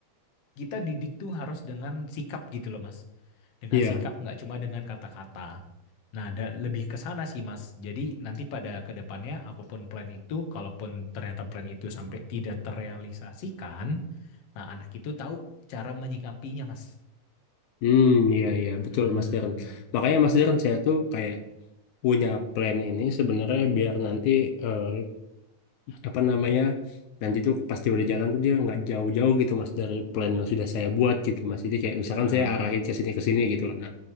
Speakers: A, on the left; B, on the left.
A: kita didik tuh harus dengan sikap gitu loh Mas. Dengan
B: Iya.
A: sikap nggak cuma dengan kata-kata. Nah, ada lebih ke sana sih Mas. Jadi nanti pada kedepannya apapun plan itu, kalaupun ternyata plan itu sampai tidak terrealisasikan, nah anak itu tahu cara menyikapinya Mas.
B: Hmm, iya iya betul
A: Hmm,
B: Mas Darren. Makanya Mas Darren saya tuh kayak punya plan ini sebenarnya biar nanti eh, apa namanya nanti tuh pasti udah jalan tuh dia nggak jauh-jauh gitu mas dari plan yang sudah saya buat gitu mas jadi kayak
A: benar.
B: misalkan saya arahin ke sini ke sini gitu lah nah